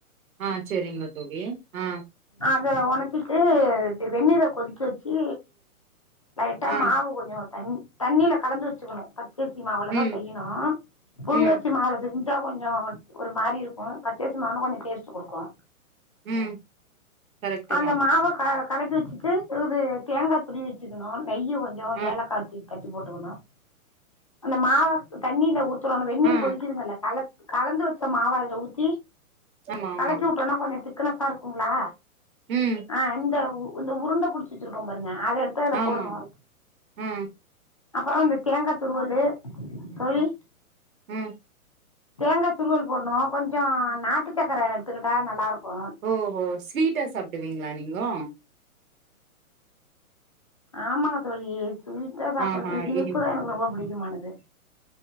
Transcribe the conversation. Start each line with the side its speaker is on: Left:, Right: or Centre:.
Right: அ செரிங்க தோழி அ
Left: அத ஒனதிட்டு வெந்நீர கொதிக்க வெச்சி லைட்டா
Right: ஆ
Left: மாவு கொஞ்ஜோம் தண் தண்ணில கலந்து வச்சுக்கணும் த பச்சரிமாவுல
Right: ம்
Left: தான் செய்யணும் புலுங்கரிசி
Right: ம்
Left: மாவுல செஞ்சா கொஞ்ஜோம் ஒரு மாரி இருக்கும் பச்சரிசி மாவுனா கொஞ்ஜோம் டேஸ்ட் கொடுக்கும்
Right: ம் கரெக்ட்டு
Left: அந்த
Right: தா
Left: மாவ க கலக்கி வச்சிட்டு இது தேங்காய் துருவி வச்சுகணும் நெய் கொஞ்சம்
Right: ஆ
Left: ஏலக்காய் வச்சு தட்டி போட்டுகணும் அந்த மாவ தண்ணில ஊத் அப்ரோம் அந்த வெந்நீர்
Right: ஆ
Left: கொதிகிதுங்கல்ல கலந்து வச்ச மாவ அதுல ஊத்தி
Right: ஆமா ஆமா
Left: கலக்கி உட் டோனா கொஞ்ஜோம் திக்னசா இருக் குங்ளா
Right: ம்
Left: ஆ இந்த இந்த உருண்ட புடிச்வச்சிருக்கோம் பாருங்க அத எடுத்து த்து அதுல
Right: ஆமா
Left: போடணும்
Right: ஆ
Left: அப்பறோம் அந்த தேங்கா துருவலு தோழி
Right: ம்
Left: தேங்கா துருவல் போடணோ கொஞ்ஜோம் நாட்டு சக்கர எடுத்துக்கிட்டா நலா இருக்கும்
Right: ஓஹோ ஸ்வீட்டா சாப்பிடுவீங்களா நீங்கோ
Left: ஆமாங்க தோழி ஸ்வீட்டா சாப்றது
Right: ஆஹா
Left: இனிப்புதான்
Right: இனி
Left: எனக் ரொம்ப புடிக்குமானது